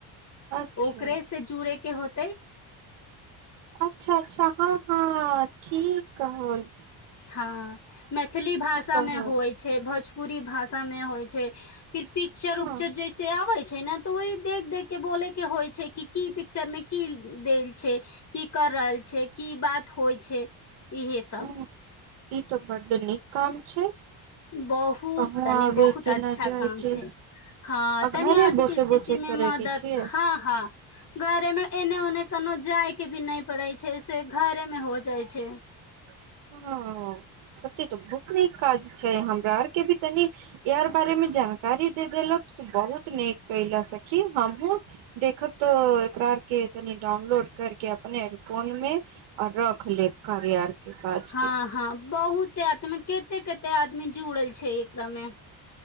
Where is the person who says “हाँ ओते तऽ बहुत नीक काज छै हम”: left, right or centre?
Right